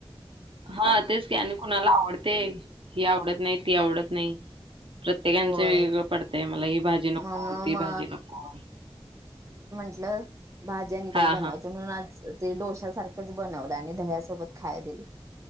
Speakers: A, on the right (about 65°); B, on the right (about 30°).
A: हा तेच की आणि कुणाला आवडते ही आवडत नाही ती आवडत नाही... प्रत्येकांचं
B: होय
A: वेगवेगळं पडतय मला ही भाजी नको
B: म्हणून
A: ती
B: मग
A: भाजी नको..
B: जर भाज्यानी काय
A: हा
B: बनवायचं
A: हा
B: म्हणून आज... ते डोश्या सारखंच बनवलं आणि दह्यासोबत खाया दिलं..